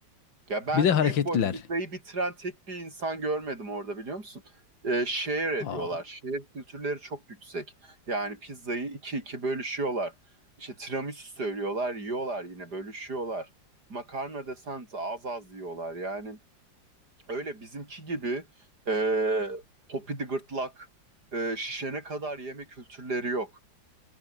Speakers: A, on the right; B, on the left.
A: Ya ben
B: Bir de hareketliler.
A: büyük boy pizzayı bitiren tek bir insan görmedim orada biliyor musun? Ee, share ediyorlar.
B: Aa.
A: Share kültürleri çok yüksek. Yani pizzayı iki iki bölüşüyorlar. İşte tiramisu söylüyorlar, yiyorlar yine bölüşüyorlar. Makarna desen de az az yiyorlar. Yani öyle bizimki gibi e, popidi gırtlak, e, şişene kadar yeme kültürleri yok.